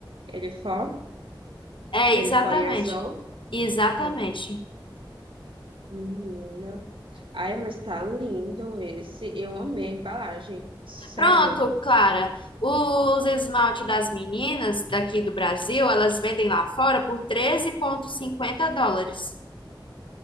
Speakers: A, on the right; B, on the left.
A: Ele foi,
B: É,
A: ele
B: exatamente.
A: foi years old.
B: Exatamente.
A: Ah, Menina. Ai, mas tá lindo esse. Eu amei a embalagem. Sério.
B: Pronto, Clara. Os esmalte das meninas daqui do Brasil, elas vendem lá fora por treze vírgula cinquenta dólares.